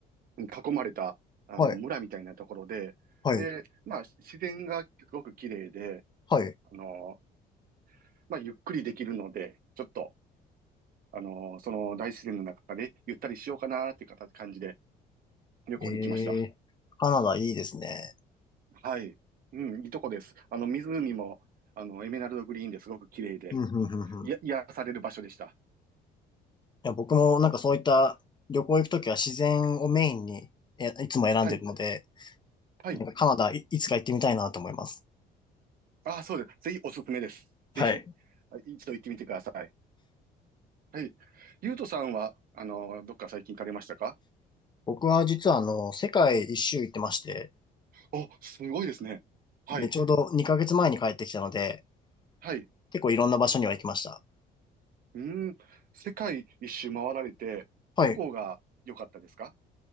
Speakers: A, on the right; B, on the left.
A: 囲まれた、あの、
B: はい。
A: 村みたいなところで、
B: はい。
A: で、まあ、自然がすごく綺麗で、
B: はい。
A: あのーまあ、ゆっくりできるので、ちょっと、あのーその大自然の中でゆったりしようかなっていう形感じで、旅行に来ました。
B: えー、カナダいいですね。
A: はい。うん、いいとこです。あの、湖も、あの、エメラルドグリーンですごく綺麗で、
B: うん、うん、うん、
A: や、
B: うん。い
A: 癒される場所でした。
B: や、僕もなんかそういった旅行行くときは自然をメインにえいつも選んでるので、
A: はい。はい。
B: なんかカナダい、いつか行ってみたいなと思います。
A: ああ、そうです。ぜひおすすめです。
B: はい。
A: ぜひ、あ一度行ってみてください。はい。ゆうとさんは、あの、どっか最近行かれましたか
B: 僕は実はあの、世界一周行ってまして、
A: お、すごいですね。はい。
B: で、ちょうど2ヶ月前に帰ってきたので、
A: はい。
B: 結構いろんな場所には行きました。
A: うーん。世界一周回られて、
B: はい。
A: どこが良かったですか